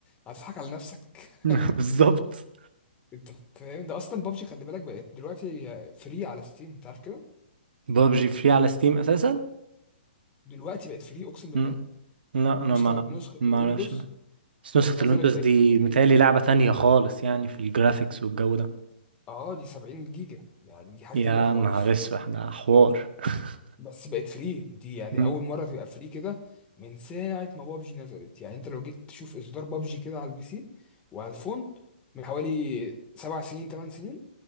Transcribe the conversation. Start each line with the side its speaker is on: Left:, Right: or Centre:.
Left: هتضحك على نفسك
Right: <laughs>
Left: <laughs>
Right: بالظبط
Left: انت فاهم ده اصلا بابجي خلي بالك بقت دلوقتي فري على ستيم انت عارف كده
Right: بابجي فري على ستيم اساسا
Left: دلوقتي بقت فري اقسم بالله
Right: مم. لا انا
Left: نسخه
Right: ما
Left: نسخه
Right: ما
Left: الويندوز
Right: اعرفش بس نسخة
Left: نزلت
Right: الويندوز
Left: بقت
Right: دي
Left: مجانيه
Right: متهيألي لعبة تانية خالص يعني في الجرافيكس والجو ده
Left: اه دي 70 جيجا يعني دي حاجه
Right: يا
Left: تانية خالص
Right: نهار اسود ده حوار <laughs>
Left: بس بقت فري دي يعني
Right: مم.
Left: اول مره تبقى فري كده من ساعه ما بابجي نزلت يعني انت لو جيت تشوف اصدار بابجي كده على البي سي وعلى الفون من حوالي سبع سنين ثمان سنين